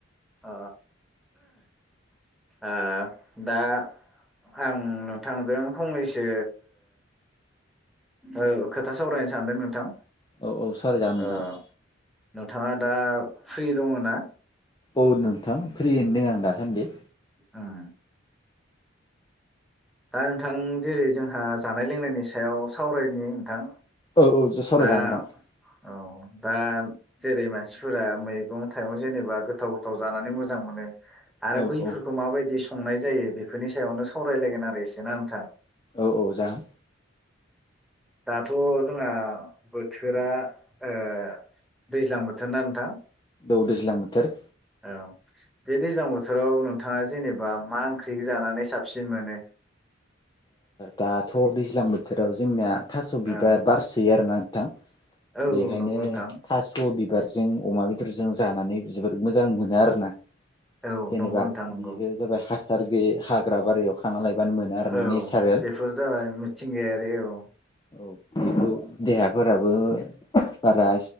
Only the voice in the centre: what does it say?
ओ ओ दा आं नोंथांजों फंनैसो ओ खोथा सावरायनो सानदों नोंथां
ओ
नोंथाङा दा फ्रि दङ ना
उम दा नोंथां जेरै जोंहा जानाय लोंनायनि सायाव सावरायनि नोंथां
दा
औ दा जेरै मानसिफोरा मैगं थाइगं जेनेबा गोथाव गोथाव जानानै मोजां मोनो आरो
बैफोरखौ
माबायदि संनाय जायो बेफोरनि सायावनो सावरायलायगोन आरो एसे ना नोंथां
दाथ जोंहा बोथोरा ओ दैज्लां बोथोरना नोंथां?
औ बे दैज्लां बोथोराव नोंथांङा जेनेबा मा ओंख्रि जानानै साबसिन मोनो।
औ
औ
औ नंगौ नोंथां
औ
नंगौ नोंथां नंगौ
औ
बेफोर जाबाय मिथिंगायारि औ।